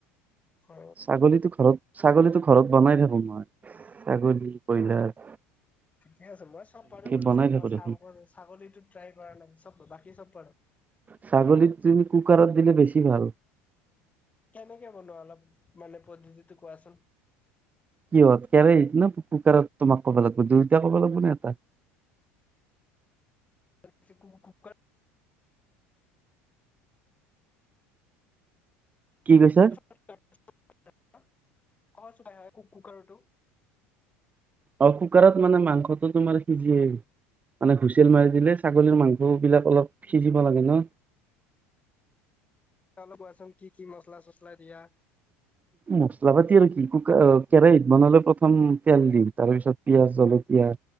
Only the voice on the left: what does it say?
অ
ঠিকে আছে, মই চব পাৰো বাৰু
চাকৰ
ছাগল ছাগলীটো ট্ৰাই কৰা নাই, ‌চব বাকী চব পাৰো।
কেনেকে বনোৱা অলপ, মানে পদ্ধতিটো কোৱাচোন?
<inaudible>
<inaudible> ক চোন এ কু কুকাৰৰটো?
অলপ কোৱাচোন কি কি মছলা চচলা দিয়া?